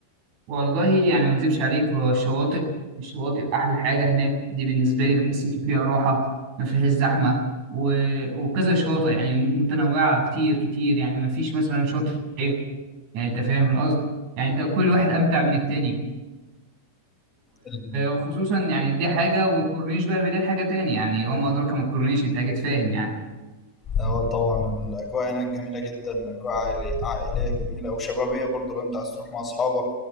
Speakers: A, on the right; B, on the left.
A: والله يعني ما أكذبش عليك هو الشواطئ الشواطئ أحلى حاجة هناك دي بالنسبة لي بحس إن فيها راحة ما فيهاش زحمة و... وكذا شواطئ يعني متنوعة كتير كتير يعني ما فيش مثلا شاطئ عيب. يعني أنت فاهم القصد يعني أنت كل واحد أمتع من التاني
B: اه
A: وخصوصا يعني دي حاجة والكورنيش بقى بدي حاجة تاني يعني وما أدراك ما الكورنيش أنت أكيد فاهم يعني
B: اه طبعا الأجواء هناك جميلة جدا أجواء عائلي- عائلية جميلة وشبابية برضو لو أنت عايز تروح مع أصحابك